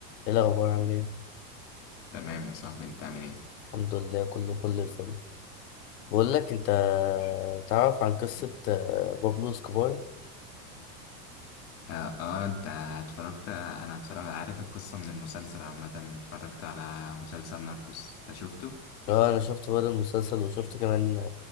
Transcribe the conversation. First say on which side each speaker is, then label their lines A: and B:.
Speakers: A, on the left (about 85°); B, on the left (about 30°).
A: ايه الاخبار عامل ايه
B: تمام يا صاحبي انت عامل ايه
A: الحمد لله كله فل الفل بقول لك انت تعرف عن قصه آه، بابلو اسكوبار
B: اه, آه انت اتفرجت انا اتفرج عارف القصة من المسلسل عامة اتفرجت على مسلسل ناركوس ده شفته
A: اه انا شفت بقى المسلسل وشفت كمان